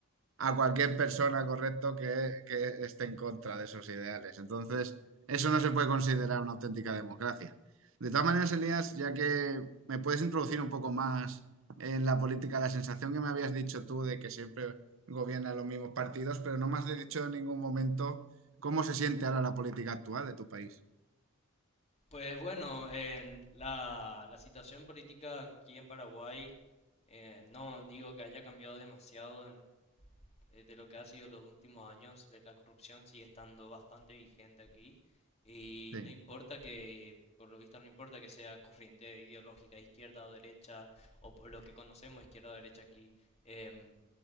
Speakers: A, on the right; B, on the left.
A: a cualquier persona, correcto, que, que esté en contra de esos ideales. Entonces, eso no se puede considerar una auténtica democracia. De todas maneras, Elías, ya que me puedes introducir un poco más en la política, la sensación que me habías dicho tú de que siempre gobiernan los mismos partidos, pero no me has dicho en ningún momento cómo se siente ahora la política actual de tu país.
B: Pues bueno, en la, la situación política aquí en Paraguay, eh, no digo que haya cambiado demasiado eh, de lo que ha sido los últimos años, la corrupción sigue estando bastante vigente aquí y
A: Sí,
B: no importa que, por lo visto no importa que sea corriente ideológica, izquierda o derecha, o por lo que conocemos izquierda o derecha aquí, em,